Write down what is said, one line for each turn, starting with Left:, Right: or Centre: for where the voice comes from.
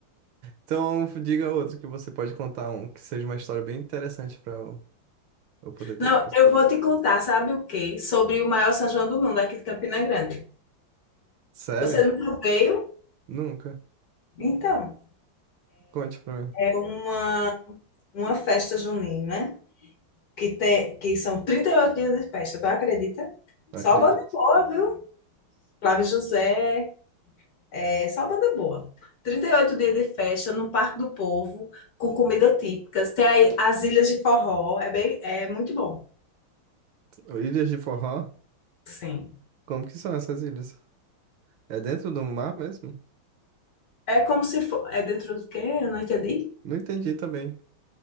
Right: Então diga outro que você pode contar um que seja uma história bem interessante pra eu, eu poder estar
Left: Não,
Right: pensando.
Left: eu vou te contar, sabe o quê? Sobre o maior São João do mundo, aqui de Campina Grande.
Right: Sério?
Left: Você nunca veio?
Right: Nunca.
Left: Então,
Right: Conte pra mim.
Left: é uma, uma festa junina né? que, tem que são 38 dias de festa, tu acredita?
Right: Não
Left: Só
Right: acredito.
Left: banda boa, viu? Flávio José, é só banda boa. 38 dias de festa no Parque do Povo, com comida típica. Tem aí as ilhas de forró, é bem, é muito bom.
Right: Ilhas de Forró?
Left: Sim.
Right: Como que são essas ilhas? É dentro do mar mesmo?
Left: É como se for. É dentro do quê? Eu não entendi.
Right: Não entendi também.